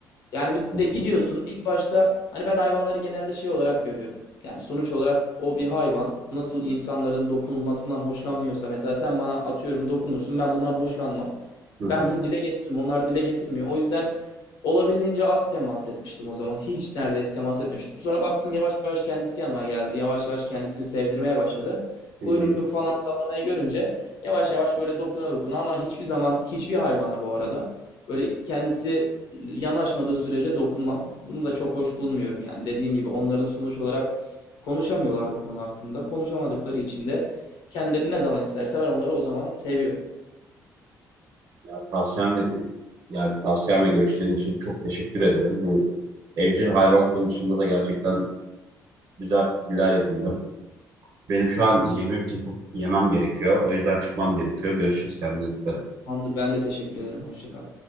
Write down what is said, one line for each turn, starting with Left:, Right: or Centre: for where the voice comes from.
Left: Yani bir
Right: Hı
Left: de gidiyorsun
Right: hı,
Left: ilk başta hani ben hayvanları genelde şey olarak görüyorum. Yani sonuç olarak o bir hayvan nasıl insanların dokunulmasından hoşlanmıyorsa mesela sen bana atıyorum dokunursun ben bundan hoşlanmam.
Right: hı
Left: Ben bunu dile getiririm onlar dile getirmiyor. O yüzden olabildiğince az temas etmiştim o zaman. Hiç neredeyse temas etmemiştim. Sonra baktım yavaş yavaş kendisi yanıma geldi. Yavaş yavaş kendisini sevdirmeye başladı.
Right: hı.
Left: Kuyruk falan sallamayı görünce yavaş yavaş böyle dokuna dokuna ama hiçbir zaman hiçbir hayvana bu arada Böyle kendisi yanaşmadığı sürece dokunmam. Bunu da çok hoş bulmuyorum yani. Dediğim gibi onların sonuç olarak konuşamıyorlar bu konu hakkında. Konuşamadıkları için de kendileri ne zaman isterse ben onları o zaman seviyorum.
Right: Ya tavsiyem ve yani tavsiyem ve görüşlerin için çok teşekkür ederim. Bu evcil hayvan konusunda da gerçekten güzel fikirler edindim. Benim şu an yemek yapıp yemem gerekiyor. O yüzden çıkmam gerekiyor. Görüşürüz kendine dikkat et.
Left: Tamamdır ben de teşekkür ederim. Hoşça kal.